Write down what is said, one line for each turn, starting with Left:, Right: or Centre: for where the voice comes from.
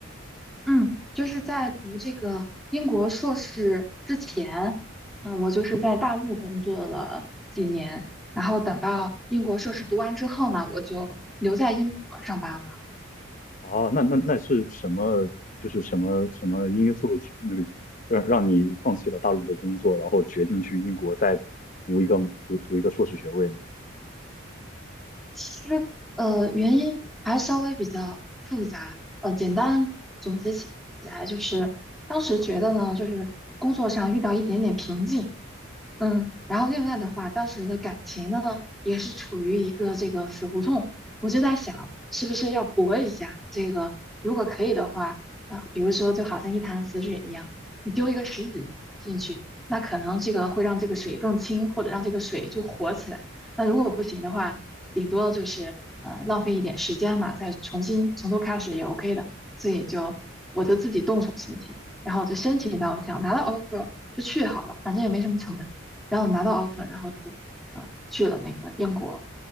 Centre: 嗯，就是在读这个英国硕士之前，嗯，我就是在大陆工作了几年，然后等到英国硕士读完之后呢，我就留在英国上班了。
Left: 哦，那那那是什么？就是什么什么因素指，那个让让你放弃了大陆的工作，然后决定去英国再读一个读读一个硕士学位呢？
Centre: 其实，呃，原因还稍微比较复杂，呃，简单总结起来就是，当时觉得呢，就是工作上遇到一点点瓶颈，嗯，然后另外的话，当时的感情呢，也是处于一个这个死胡同，我就在想，是不是要搏一下？这个如果可以的话，啊、比如说就好像一潭死水一样，你丢一个石子进去，那可能这个会让这个水更清，或者让这个水就活起来。那如果不行的话，顶多就是呃浪费一点时间嘛，再重新从头开始也 OK 的。所以就我就自己动手申请，然后我就申请到，我想拿到 offer 就去好了，反正也没什么成本。然后拿到 offer，然后就啊去了那个英国，